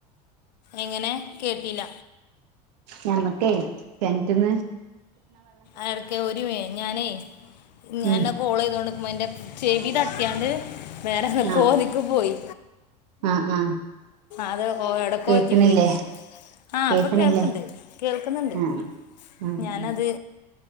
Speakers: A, on the left (about 85°); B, on the right (about 75°).
A: എങ്ങനെ കേട്ടില്ല.
B: ഞമ്മക്കേ കെനറ്റ്ന്ന്.
A: ആടക്കെ ഒരുമിനി ഞാനേ ഞാനാനെ
B: ഉം
A: കോൾ ചെയ്തോണ്ട്. എന്റെ ചെവിതട്ടിയാണ്ട് വേറെ
B: ആഹ്
A: കോലിക്ക് പോയി.
B: ആഹ് ആഹ്
A: അത് എവിടെക്കോ
B: കേക്കണില്ലേ
A: എത്തി പോയി. ആഹ
B: കേക്കണില്ലേ
A: അപ്പൊ കേൾക്കണ്ട് കേൾക്കുന്നുണ്ട്
B: ആഹ് ആഹ്
A: ഞാനത്.